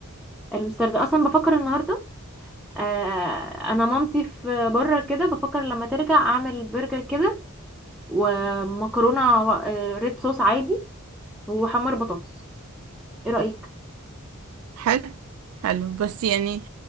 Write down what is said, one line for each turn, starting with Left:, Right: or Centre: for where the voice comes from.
Centre: المستردة اصلا بفكر النهارده آه، انا مامتي في بره كده بفكر لما ترجع اعمل برجر كده ومكرونه و- آه، ريد صوص عادي وحمر بطاطس ايه رايك
Right: حلو حلو بس يعني